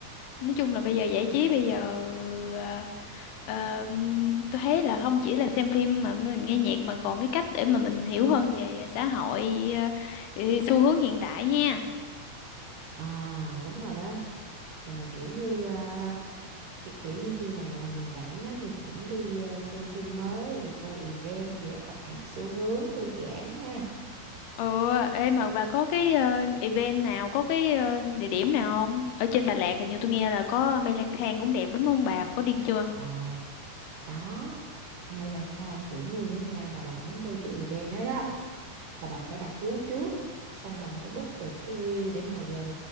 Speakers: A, on the left; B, on the right.
A: nói chung là bây giờ giải trí bây giờ à, ờ, tôi thấy là không chỉ là xem phim mà mình nghe nhạc mà còn cái cách để mà mình hiểu hơn về xã hội ờ, ừ, xu hướng hiện tại ha
B: à, đúng rồi đó. Trời, kiểu như à, ki- kiểu như khi nào mà mình rảnh á thì cũng đi à, xem phim mới, rồi đi coi event gì đó cập nhật xu hướng, thư giãn ha.
A: Ờ, ê mà bà có cái ờ, event nào, có cái ờ, địa điểm nào không? Ở trên Đà Lạt hình như tôi nghe là có mây lang thang cũng đẹp đúng không bà? Có đi chưa?
B: Ờ, có. Mây lang thang kiểu như ở nhà bà bà muốn đi cái event đó đó. là bà phải đặt vé trước xong bà mới book được cái view để mà gần